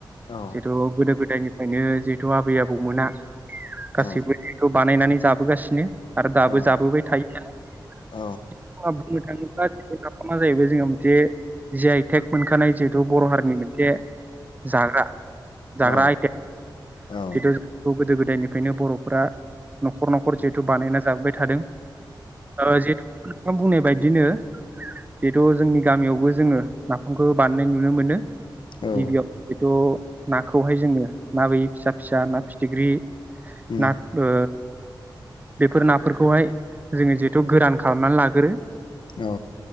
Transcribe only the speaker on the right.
जिथ' गोदो गोदायनि फ्रायनो जिहेथु आबै आबौमोना गासैबो
जिहेतु बानायनानै जाबोगासिनो आरो दाबो
जाबोबाय थायो
<unintelligible> <unintelligible> जाहैबाय जोंहा मोनसे जि आइ टेक मोनखानाय जिहेथु बर' हारिनि मोनसे जाग्रा जाग्रा
आइटेम
जिहेथु जों गोदो गोदायनिफ्रायनो बर'फोरा न'खर न'खर जिहेथु बानायना जाबोबाय थादों ओ जिहेथु <unintelligible> नों बुंनाय बायदिनो जिहेथु जोंनि गामियावबो जोङो नाफामखौ बानायनाय नुनो मोनो
गिबियाव हयथ' नाखौहाय जोङो <unintelligible> फिसा फिसा ना फिथिख्रि
ना ओ बेफोर नाफोरखौहाय जोङो जिहेथु गोरान खालामनानै लागोरो